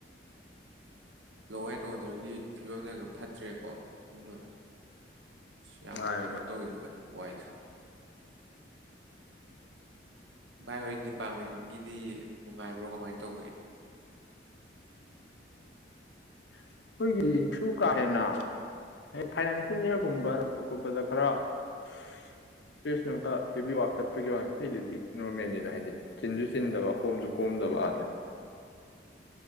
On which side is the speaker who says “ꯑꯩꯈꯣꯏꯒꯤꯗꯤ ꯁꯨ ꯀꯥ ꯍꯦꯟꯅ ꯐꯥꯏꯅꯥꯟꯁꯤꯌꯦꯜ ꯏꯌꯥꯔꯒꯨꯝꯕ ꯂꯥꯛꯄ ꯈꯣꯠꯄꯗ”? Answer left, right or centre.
Left